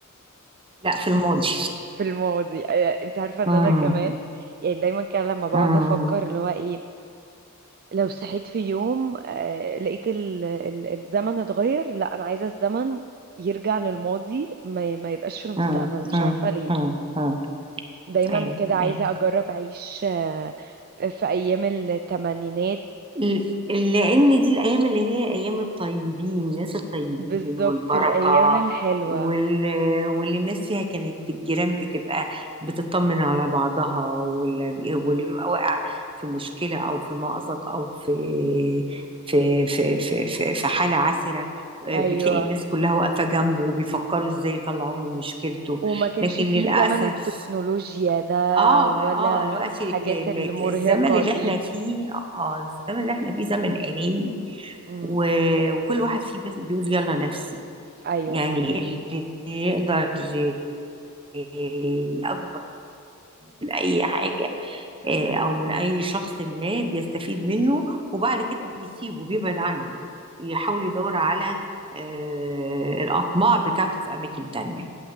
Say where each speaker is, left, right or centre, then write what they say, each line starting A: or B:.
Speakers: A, on the right (about 25°); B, on the right (about 45°).
A: لا في الماضي
B: في الماضي آه، انت عارفة ان
A: مم.
B: انا كمان يعني دايما كان لما بقعد
A: مم.
B: افكر اللي هو ايه لو صحيت في يوم آه، لقيت ال- ال- الزمن اتغير لا انا عايزه الزمن يرجع للماضي ما, ي- ما يبقاش في المستقبل
A: مم.
B: مش
A: مم.
B: عارفه ليه
A: مم. مم.
B: دايما
A: ايوه
B: كده عايزه
A: ايوه
B: اجرب اعيش آه، في ايام الثمانينات
A: ل- لأن دي الأيام اللي هي أيام الطيبين الناس الطيبين
B: بالظبط
A: والبركة
B: الايام الحلوه
A: وال... واللي الناس فيها كانت الجيران بتبقى بتطمن على بعضها ولا بي- واللي بيبقى واقع في مشكلة أو في مأزق أو في في في في في, في حالة عسرة بتلاقي
B: ايوه
A: الناس كلها واقفة جنبه وبيفكروا إزاي يطلعوه من مشكلته
B: وما كانش
A: لكن
B: فيه
A: للأسف
B: زمن التكنولوجيا ده
A: اه
B: ولا
A: اه دلوقتي
B: الحاجات
A: ك- م-
B: المرهقه
A: ك- الزمن اللي
B: دي
A: احنا فيه اه الزمن اللي احنا فيه زمن اناني
B: مم.
A: و... وكل واحد فيه بس بيقول يلا نفسي
B: ايوه
A: يعني
B: صح
A: اللي يقدر ي- يأجر من اي حاجه آه، او من اي شخص ما بيستفيد منه وبعد كده بيسيبه بيبعد عنه يحاول يدور على آه، الاطماع بتاعته في اماكن تانية